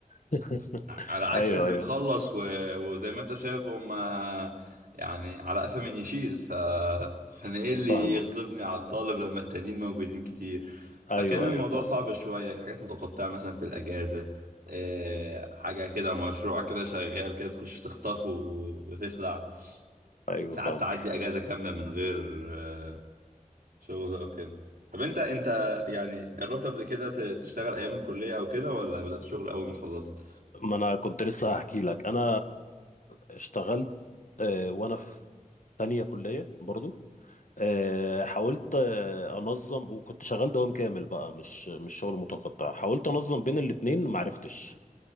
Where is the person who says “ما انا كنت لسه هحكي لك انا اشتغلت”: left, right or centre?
Left